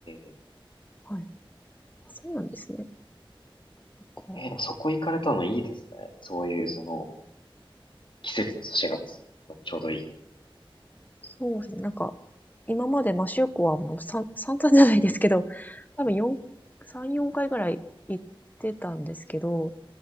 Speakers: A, on the left; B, on the left.
A: ええ、
B: はい。あそうなんですね。なんか
A: ええでもそこ行かれたのいいですね。そういう、その、季節の差しがつ、ちょうどいい。
B: そうですね。なんか、今までマシューコはもうさん散々じゃないですけど、多分4、
A: うん
B: 3、4回ぐらい行ってたんですけど、